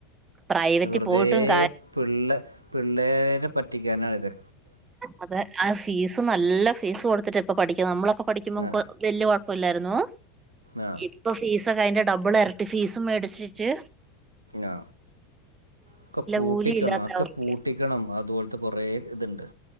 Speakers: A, on the right; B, on the right.
A: പ്രൈവറ്റിൽ
B: വെറുതെ
A: പോയിട്ടും കാര്യം
B: പിള്ള പിള്ളേരെ പറ്റിക്കാനാണിത്
A: അതെ ആ ഫീസ് നല്ല ഫീസ് കൊടുത്തിട്ട് ഇപ്പ പഠിക്കുന്നത് നമ്മള ക്കെ പഠിക്കുമ്പോ
B: ആ
A: വലിയ കുഴപ് പ്പ ല്ലായിരുന്നു
B: ആ
A: ഇപ്പൊ ഫീസ് അതിന്റെ ഡബിൾ ഇരട്ടി ഫീസും മേടിച്ചെച്ച്
B: ആ ക്കെ പൂട്ടിക്കണംഒക്കെ
A: കൂലിയില്ലാത്ത അവസ്ഥ
B: പൂട്ടിക്കണം അതുപോല കുറേ ഇത്ണ്ട്